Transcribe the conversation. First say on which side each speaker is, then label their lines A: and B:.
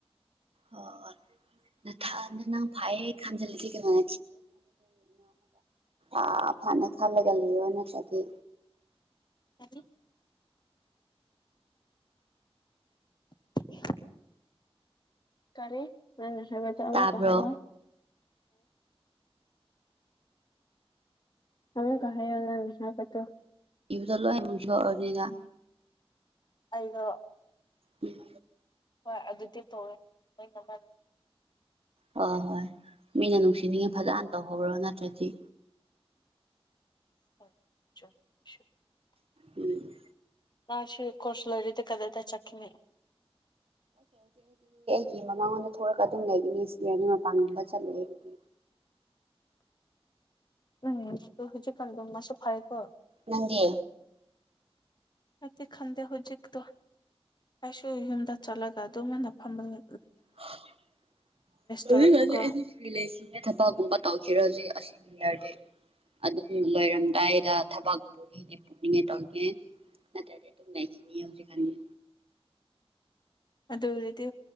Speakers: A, on the right; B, on the left.
A: ꯑꯣꯑꯣ ꯊꯥꯅ ꯅꯪ ꯐꯩꯌꯦ UNINTELLIGIBLE ꯑꯥ ꯐꯥꯅ ꯐꯥꯅꯒ ꯂꯩꯌꯣ ꯅꯠꯇ꯭ꯔꯗꯤ
B: INAUDIBLE INAUDIBLE UNINTELLIGIBLE
A: ꯇꯥꯕ꯭ꯔꯣ
B: ꯑꯃꯨꯛꯀ ꯍꯥꯏꯌꯣ ꯅꯪ ꯅꯁꯥꯏ ꯋꯥꯗꯣ
A: UNINTELLIGIBLE
B: ꯑꯩꯗꯣ
A: ꯎꯝ
B: ꯍꯣꯏ ꯑꯗꯨꯗꯤ ꯇꯧꯋꯦ ꯅꯣꯏ ꯃꯃꯜ
A: ꯍꯣꯏ ꯍꯣꯏ ꯃꯤꯅ ꯅꯨꯡꯁꯤꯅꯤꯡꯉꯥꯢ ꯐꯖꯅ ꯇꯧꯍꯧꯔꯣ ꯅꯠꯇ꯭ꯔꯗꯤ
B: ꯍꯣꯢ ꯆꯨꯝ ꯁꯨꯠ <unintelligible>
A: ꯎꯝ
B: ꯃꯁꯨ ꯀꯣꯔꯁ ꯂꯣꯢꯔꯗꯤ ꯀꯗꯥꯢꯗ ꯆꯠꯈꯤꯅꯤ
A: ꯒꯤ ꯃꯃꯥꯡꯂꯣꯝꯗ ꯊꯣꯛꯔꯒ ꯑꯗꯨꯝ ꯂꯩꯕꯅꯤ ꯁꯤꯔꯅꯤ ꯃꯄꯥꯟꯒꯨꯝꯕ ꯆꯠꯂꯣꯢ ꯑꯩꯗꯤ
B: ꯎꯝ ꯑꯗꯨ ꯍꯧꯖꯤꯛꯀꯥꯟꯗꯨ ꯃꯥꯁꯨ ꯐꯥꯔꯦꯀꯣ
A: ꯅꯪꯗꯤ
B: ꯑꯩꯗꯤ ꯈꯪꯗꯦ ꯍꯧꯖꯤꯛꯗꯨ ꯑꯩꯁꯨ ꯌꯨꯝꯗ ꯆꯠꯂꯒ ꯑꯗꯨꯃꯥꯏꯅ ꯐꯝꯕꯅꯦ
A: ꯍꯥ ꯍꯧꯖꯤꯛ
B: ꯇꯧꯔꯒꯀꯣ
A: ꯍꯧꯖꯤꯛ ꯑꯩꯗꯤ ꯐꯔꯤ ꯂꯩꯁꯤꯅꯦ ꯊꯕꯛꯀꯨꯝꯕ ꯇꯧꯈꯤꯔꯦ ꯍꯧꯖꯤꯛ ꯑꯁꯤ ꯍꯥꯔꯗꯤ ꯑꯗꯨꯝ ꯂꯣꯏꯔꯝꯗꯥꯏꯗ ꯊꯕꯛ ꯄꯨꯕꯤꯅꯤ ꯄꯨꯕꯤꯅꯤ ꯇꯧꯒꯦ ꯅꯠꯇ꯭ꯔꯥꯗꯤ ꯑꯗꯨꯝ ꯂꯩꯈꯤꯅꯤ ꯍꯧꯖꯤꯛꯀꯥꯟꯗꯤ
B: ꯑꯗꯨ ꯑꯣꯢꯔꯗꯤ